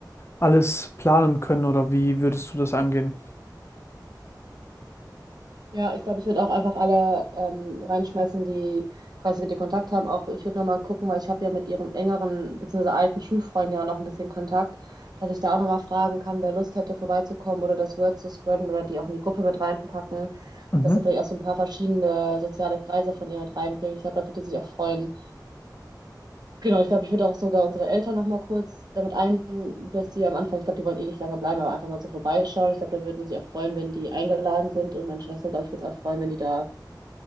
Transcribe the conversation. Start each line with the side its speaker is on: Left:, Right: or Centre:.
Left: alles planen können. Oder wie würdest du das angehen?
Right: Ja, ich glaube, ich würde auch einfach alle ähm, reinschmeißen, die quasi mit ihr Kontakt haben. Auch ich würde nochmal gucken, weil ich habe ja mit ihrem engeren bzw. alten Schulfreund ja noch ein bisschen Kontakt, dass ich da auch nochmal fragen kann, wer Lust hätte, vorbeizukommen oder das Word zu spreaden oder die auch in die Gruppe mit reinpacken,
Left: Mhm.
Right: dass wir vielleicht auch so ein paar verschiedene soziale Kreise von ihr mit reinbringen. Ich glaube, da wird die sich auch freuen. Genau, ich glaube, ich würde auch sogar unsere Eltern nochmal kurz damit ein, dass die am Anfang, ich glaube, die wollen eh nicht lange bleiben, aber einfach mal so vorbeischauen. Ich glaube, da würden die sich auch freuen, wenn die eingeladen sind und meine Schwester, glaube ich, würde es auch freuen, wenn die da